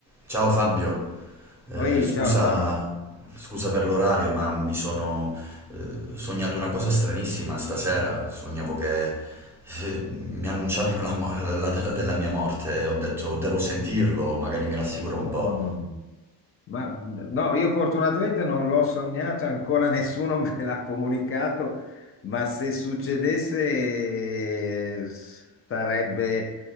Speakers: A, in the centre; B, on the left (about 30°).
A: Ciao Fabio, Eh,
B: Ehi,
A: scusa,
B: ciao Antonio. <laughs>
A: scusa per l'orario, ma mi sono eh, sognato una cosa stranissima stasera. Sognavo che eh, mi annunciavano la, mo- la data della mia morte e ho detto devo sentirlo, magari mi rassicura un
B: Oh,
A: po'.
B: mamma mia. Ma mh, no, io fortunatamente non l'ho sognato, ancora <laughs> nessuno me l'ha comunicato, ma se succedesse eh, sarebbe,